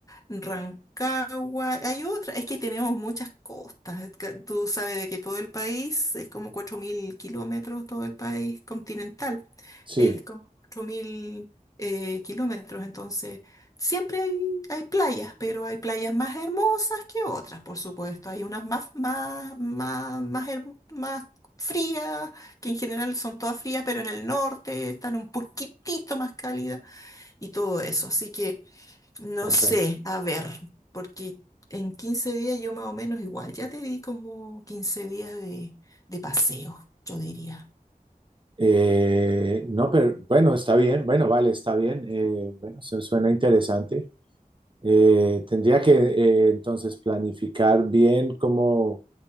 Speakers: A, on the left; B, on the right.
A: Rancagua, hay otra, es que tenemos muchas costas, ca- tú sabes de que todo el país es como 4.000 kilómetros, todo el país continental
B: sí,
A: es como 4.000 eh, kilómetros, entonces siempre hay, hay playas, pero hay playas más hermosas que otras, por supuesto, hay unas más, más, más, más, hermo- más frías, que en general son todas frías, pero en el norte están un poquitito más cálidas y todo eso, así que... No
B: perfecto.
A: sé, a ver, porque en quince días yo más o menos igual, ya te di como 15 días de, de paseo, yo diría.
B: Eh, no, pero bueno, está bien, bueno, vale, está bien. eh, bueno, eso suena interesante. Eh, tendría que eh, entonces planificar bien cómo